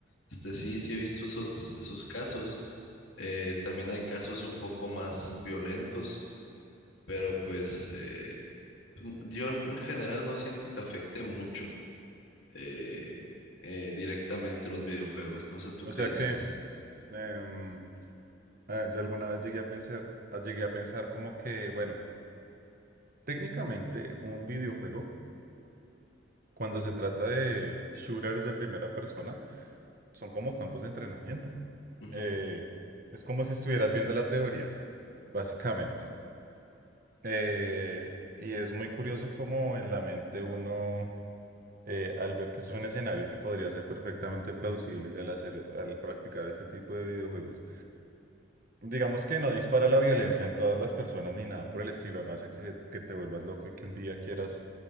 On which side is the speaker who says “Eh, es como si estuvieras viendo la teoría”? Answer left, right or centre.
Right